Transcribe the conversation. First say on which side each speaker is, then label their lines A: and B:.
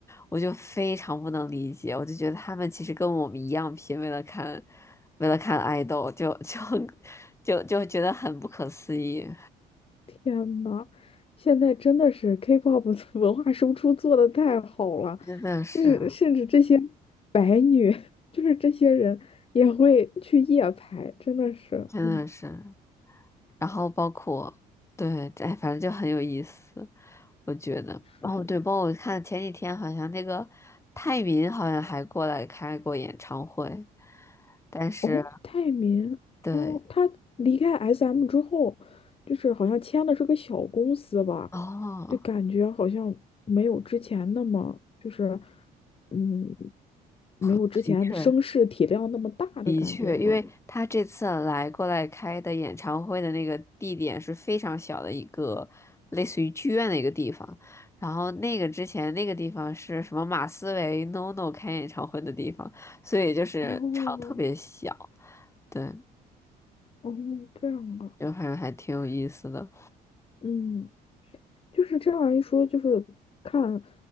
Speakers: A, on the left; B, on the left.
A: 我就非常不能理解，我就觉得他们其实跟我们一样拼，为了看，为了看爱豆，就就 <laughs> 就就觉得很不可思议，
B: 天呐，现在真的是 K-pop 的 <laughs> 文化输出做的太好了，
A: 真的是，
B: 就是甚至这些白女，<laughs> 就是这些人也会去夜排，真的是很
A: 真的是。然后包括对，哎，反正就很有意思，我觉得。
B: 是的。
A: 哦，对，包括我看前几天好像那个泰民好像还过来开过演唱会，但是
B: 哦，泰民，
A: 对，
B: 哦，他离开 SM 之后，就是好像签的是个小公司吧，
A: 哦，
B: 就感觉好像没有之前那么就是嗯，没有之前声势体量那么大的感觉了。
A: 的确。的确，因为他这次来过来开的演唱会的那个地点是非常小的一个，类似于剧院的一个地方。然后那个之前那个地方是什么马思唯 NONO 开演唱会的地方，所以就是场特别小。
B: 哦，
A: 对，
B: 哦，这样啊，
A: 就反正还挺有意思的。
B: 嗯，就是这样一说，就是看